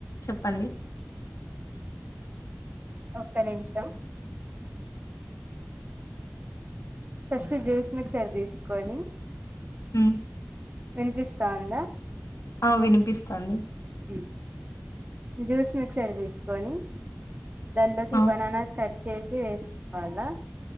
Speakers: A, on the left (about 85°); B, on the right (about 35°).
A: చెప్పండి
B: ఒక్క నిమిషం ఫస్ట్ జ్యూస్ మిక్సర్ తీసుకొని
A: ఉమ్
B: వినిపిస్తా ఉందా
A: ఆ వినిపిస్తాంది
B: ఉం జ్యూస్ మిక్సర్ తీసుకొని దాంట్లోకి
A: ఆ
B: బననాస్ కాట్ చేసి వేస్కోవాలా